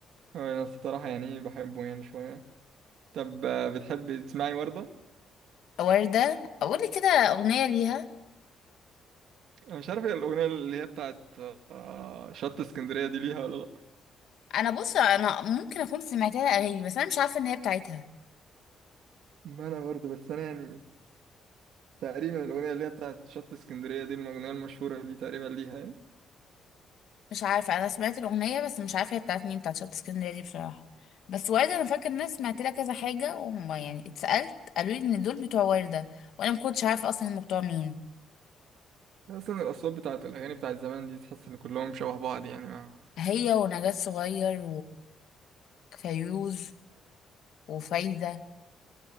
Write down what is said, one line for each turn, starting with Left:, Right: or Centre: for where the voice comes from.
Right: آه، انا الصراحه يعني ايه بحبه يعني شويه طب آه، بتحبي تسمعي ورده
Left: وردة اقول لك كده اغنية ليها
Right: انا مش عارف هي الاغنيه اللي هي بتاعت آه، شط اسكندريه دي ليها ولا لا
Left: انا بص انا ممكن اكون سمعت لها اغاني بس انا مش عارفه ان هي بتاعتها
Right: ما انا برضه بس انا يعني تقريبا الأغنية اللي هي بتاعت شط اسكندرية دي الأغنية المشهورة دي تقريبا ليها يعني
Left: مش عارفه انا سمعت الاغنيه بس مش عارفه هي بتاعت مين بتاعت شط اسكندريه دي بصراحه بس ورده انا فاكر ان انا سمعت لها كذا حاجه وما يعني اتسالت قالوا لي ان دول بتوع ورده وانا ما كنتش عارفه اصلا هم بتوع مين
Right: أصلا الأصوات بتاعت الأغاني بتاعت زمان دي تحس إن كلهم شبه بعض يعني ما
Left: هي ونجاة صغير وفيروز وفايده